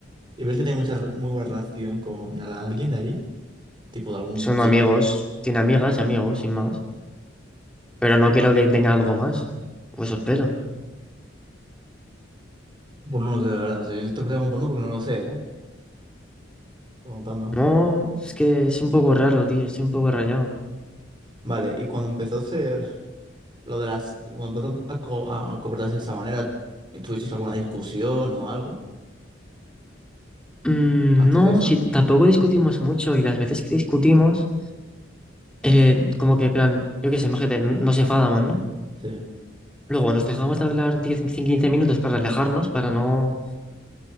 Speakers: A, on the right (about 25°); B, in the centre.
A: ¿Y ves que tiene mucha, re- muy buena relación con ala- alguien de ahí? Tipo de algún
B: Son
A: tío.
B: amigos, tiene amigas y amigos, sin más. Pero no quiero que tenga algo más. Pues os pelo.
A: Pues no lo sé, la verdad. O sea, yo estoy preguntando porque no lo sé, ¿eh? Preguntando.
B: No, es que es un poco raro, tío, estoy un poco rayado.
A: Vale, y cuando empezó a ser lo de las. Cuando empezó a, co- a comportarse de esa manera, ¿tuvisteis alguna discusión o algo
B: Mm,
A: antes
B: no,
A: de eso?
B: si tampoco discutimos mucho y las veces que discutimos, eh, como que, en plan, yo qué sé, imagínate, n- nos enfadamos, ¿no?
A: Sí.
B: Luego nos dejamos de hablar 10, 15 minutos para relajarnos, para no,